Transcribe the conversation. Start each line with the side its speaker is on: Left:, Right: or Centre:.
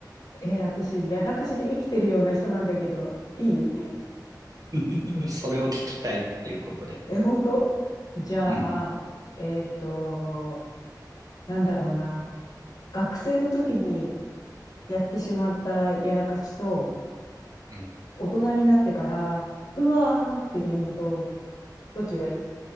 Left: え、私、やらかしで生きてるような人なんだけど、いい
Right: <laughs> それを聞きたいっていうことで。
Left: え、本当じゃあ、
Right: うん。
Left: えっと、なんだろうな。学生の時にやってしまったやらかしと、
Right: うん。
Left: 大人になってから、うわーっていうのと、どっちがいい